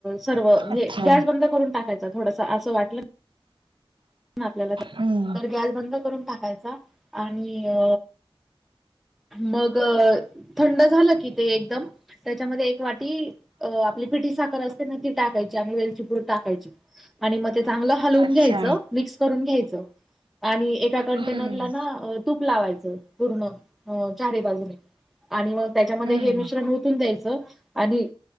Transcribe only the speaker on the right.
अच्छा
हम्म.
अच्छा
हम्म
हम्म